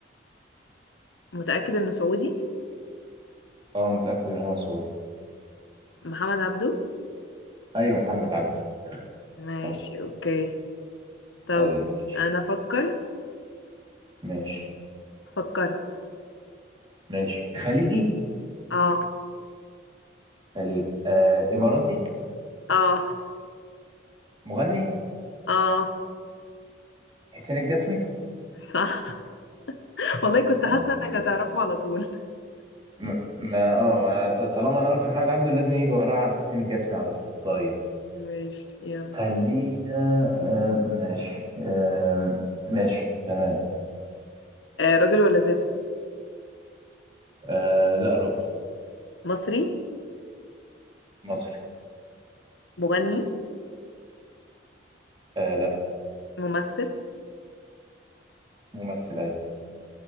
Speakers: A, on the left; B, on the right.
A: متأكد انه سعودي
B: أه متأكد إن هو سعودي
A: محمد عبده
B: أيوه محمد عبده
A: ماشي
B: صح
A: اوكي طب
B: طيب ماشي
A: انا افكر
B: ماشي
A: فكرت
B: ماشي خليجي
A: اه
B: خليجي آه إماراتي
A: اه
B: مغني
A: اه
B: حسين الجسمي
A: صح <laughs> والله كنت
B: أنا
A: حاسه انك
B: كنت
A: هتعرفه
B: بقول.
A: على طول
B: م- ما اه ما ط- طالما انا قلت محمد عبده لازم يجي وراه عم حسين الجسمي على طول طيب
A: ماشي يلا
B: خلينا آه ماشي آه ماشي تمام
A: آه راجل ولا ست
B: آه لا راجل
A: مصري
B: مصري
A: مغني
B: آه لا
A: ممثل
B: ممثل ايوه